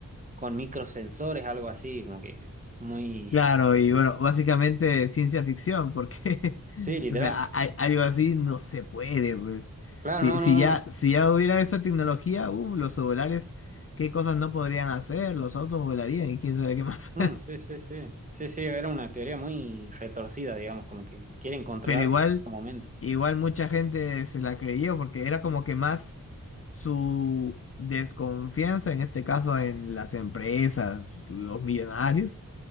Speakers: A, on the right; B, on the left.
A: con microsensores, algo así, como que muy...
B: Claro, y
A: <laughs>
B: bueno, básicamente ciencia ficción, porque, <laughs>
A: Sí, literal.
B: o sea, a- a- algo así no se puede, pues.
A: Claro,
B: Si,
A: no,
B: si
A: no, no.
B: ya, si ya hubiera esa tecnología, uh, los celulares, qué cosas no podrían hacer, los autos volarían y quién sabe qué más.
A: Mm, sí, sí, sí. Sí, sí, era una teoría muy retorcida, digamos, como que quieren
B: <laughs>
A: controlarte
B: Pero igual.
A: en todo momento.
B: Igual mucha gente se la creyó porque era como que más su desconfianza, en este caso en las empresas, los millonarios,